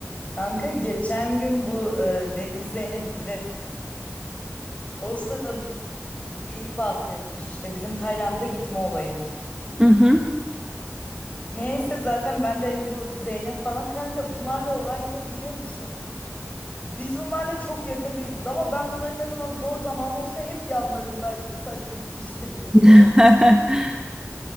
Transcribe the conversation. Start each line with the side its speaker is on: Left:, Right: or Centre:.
Left: Kanka geçen gün bu e, Deniz Zeynep bize o sırada şeyi bahsetmiş işte bizim Tayland'a gitme olayını.
Right: Hı hı.
Left: Neyse zaten ben de hani bu Zeynep falan kanka bunlarla olay ne biliyor musun? Biz bunlarla çok yakın değiliz ama ben bunların ne zaman zor zamanı olsa hep yanlarındaydım <laughs> saçma bir şekilde.
Right: <laughs>